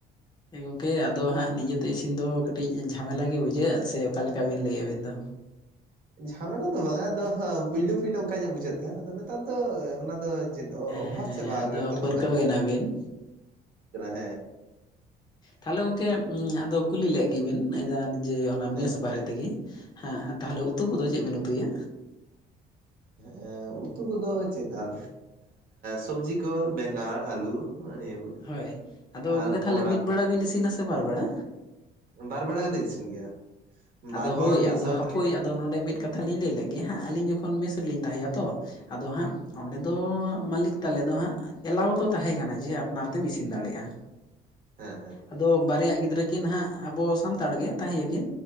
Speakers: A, on the left (about 25°); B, on the right (about 60°).
A: ᱦᱮᱸ ᱜᱚᱢᱠᱮ ᱟᱫᱚ ᱦᱟᱸᱜ ᱱᱤᱡᱮ ᱛᱮ ᱤᱥᱤᱱ ᱫᱚ ᱠᱟᱹᱴᱤᱡ ᱡᱷᱟᱢᱮᱞᱟ ᱜᱮ ᱵᱩᱡᱷᱟᱹᱜᱼᱟ ᱥᱮ ᱚᱠᱟ ᱞᱮᱠᱟ ᱵᱤᱱ ᱞᱟᱹᱭᱮᱫ ᱟᱵᱤᱱ
B: ᱦᱩᱸ
A: ᱫᱚ᱾
B: ᱡᱷᱟᱢᱮᱞᱟ ᱫᱚ ᱵᱟᱝᱟ ᱟᱫᱚ ᱯᱳᱭᱞᱳ ᱯᱳᱭᱞᱳ ᱚᱱᱠᱟ ᱜᱮ ᱵᱩᱡᱷᱟᱹᱜ ᱛᱟᱦᱮᱸᱱ ᱟᱫᱚ ᱱᱮᱛᱟᱨ ᱫᱚ ᱚᱱᱟ ᱫᱚ᱾ ᱪᱮᱫ
A: ᱦᱮᱸ
B: ᱚᱵᱷᱟᱥ ᱪᱟᱵᱟ ᱟᱠᱟᱱᱟ
A: ᱟᱫᱚ
B: ᱱᱤᱛᱚᱜ
A: ᱯᱟᱹᱨᱠᱟᱹᱣ
B: ᱫᱚ ᱚᱱᱠᱟ
A: ᱮᱱᱟᱵᱤᱱ
B: ᱦᱮᱸ᱾
A: ᱛᱟᱦᱞᱮ ᱜᱚᱝᱠᱮ ᱟᱫᱚ ᱠᱩᱞᱤ ᱞᱮᱜ ᱜᱮᱵᱤᱱ ᱡᱮ ᱚᱱᱟ
B: ᱦᱮᱸ
A: ᱢᱮᱥ ᱵᱟᱨᱮ ᱛᱮᱜᱮ᱾ ᱦᱮᱸ ᱛᱟᱦᱚᱞᱮ ᱩᱛᱩ ᱠᱚᱫᱚ ᱪᱮᱫ ᱵᱤᱱ ᱩᱛᱩᱭᱟ᱾
B: ᱦᱮᱸ ᱩᱛᱩ ᱠᱚᱫᱚ ᱪᱮᱫ ᱟᱨ᱾ ᱥᱚᱵᱽᱡᱤ ᱠᱚ ᱵᱮᱸᱜᱟᱲ ᱟᱞᱩ ᱱᱤᱭᱟᱹ ᱠᱚ᱾
A: ᱦᱳᱭ ᱟᱫᱚ
B: ᱟᱨ
A: ᱜᱚᱢᱠᱮ ᱛᱟᱦᱚᱞᱮ
B: ᱠᱚᱸᱦᱰᱟ
A: ᱢᱤᱫ
B: ᱠᱚ
A: ᱵᱮᱲᱟ ᱵᱤᱱ ᱤᱥᱤᱱᱟᱥᱮ ᱵᱟᱨ ᱵᱮᱲᱟ?
B: ᱵᱟᱨ ᱵᱮᱲᱟ ᱜᱮᱞᱤᱧ ᱤᱥᱤᱱ ᱜᱮᱭᱟ᱾
A: ᱟᱫᱚ
B: ᱵᱟᱨ ᱦᱚᱲ
A: ᱦᱳᱭ
B: ᱢᱤᱫ
A: ᱟᱫᱚ
B: ᱥᱟᱶ
A: ᱦᱟᱯᱳᱭ
B: ᱛᱮᱞᱤᱧ
A: ᱟᱫᱚ ᱱᱚᱸᱰᱮ ᱢᱤᱫ ᱠᱟᱛᱷᱟ ᱞᱤᱧ ᱞᱟᱹᱭ ᱞᱮᱜᱮ ᱦᱟᱸᱜ ᱟᱞᱤᱧ ᱡᱚᱠᱷᱚᱱ ᱢᱮᱥ ᱨᱮᱞᱤᱧ ᱛᱟᱦᱮᱸ ᱭᱟᱛᱚ ᱟᱫᱚ ᱦᱟᱸᱜ ᱚᱸᱰᱮ ᱫᱚ ᱢᱟᱹᱞᱤᱠ ᱛᱟᱞᱮ ᱫᱚ ᱦᱟᱸᱜ ᱮᱞᱟᱣ ᱫᱚ ᱛᱟᱦᱮᱸ ᱠᱟᱱᱟ ᱡᱮ ᱟᱯᱱᱟᱨ ᱛᱮᱢ ᱤᱥᱤᱱ ᱫᱟᱲᱮᱭᱟᱜᱼᱟ᱾
B: ᱦᱮ‍ᱸ ᱦᱮᱸ᱾
A: ᱟᱫᱚ ᱵᱟᱨᱭᱟ ᱜᱤᱫᱽᱨᱟᱹ ᱠᱤᱱ ᱱᱟᱦᱟᱸᱜ ᱟᱵᱚ ᱥᱟᱱᱛᱟᱲ ᱜᱮ ᱛᱟᱦᱮᱸ ᱭᱟᱠᱤᱱ